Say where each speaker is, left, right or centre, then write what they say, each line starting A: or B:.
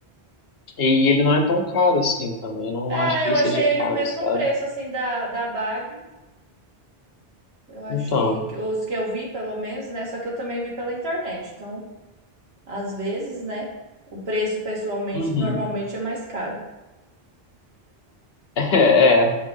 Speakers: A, on the left (about 70°); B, on the right (about 75°).
A: E ele não é tão caro assim também. Eu não
B: É,
A: acho que
B: eu
A: ele
B: achei
A: seja
B: ele
A: caro,
B: o mesmo
A: sabe?
B: preço, assim, da, da Baggio. Eu achei
A: Então.
B: que os que eu vi, pelo menos, né? Só que eu também vi pela internet. Então, às vezes, né? O preço, pessoalmente,
A: Uhum.
B: normalmente
A: <laughs>
B: é mais caro.
A: É, é,